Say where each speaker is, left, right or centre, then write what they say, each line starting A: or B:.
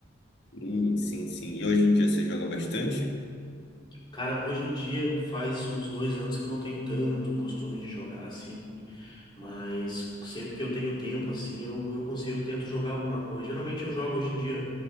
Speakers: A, on the left (about 60°); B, on the left (about 25°).
A: Sim, sim, sim. E hoje em dia você joga bastante?
B: Cara, hoje em dia faz uns dois anos que eu não tenho tanto costume de jogar assim, mas sempre que eu tenho tempo assim, eu, eu consigo, eu tento jogar alguma coisa. Geralmente eu jogo hoje em dia